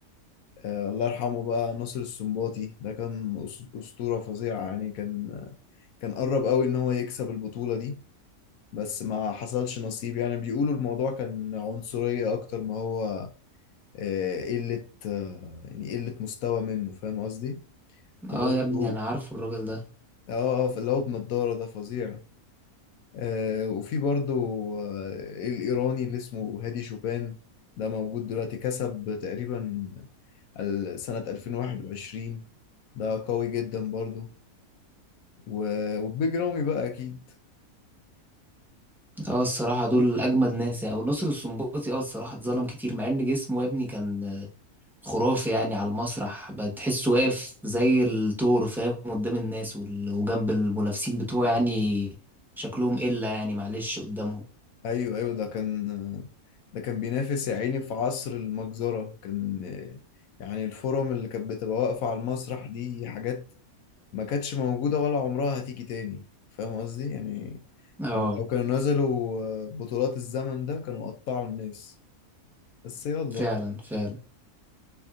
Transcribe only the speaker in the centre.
آه يا ابني أنا عارفه الراجل ده
اه الصراحة دول أجمد ناس يعني ونصر السنباطي اه الصراحة اتظلم كتير مع إن جسمه يا ابني كان آه، خرافي يعني على المسرح بتحسه واقف زي الثور فاهم قدام الناس وال- وجنب المنافسين بتوعه يعني شكلهم إلا يعني معلش قدامهم
اه
فعلا فعلا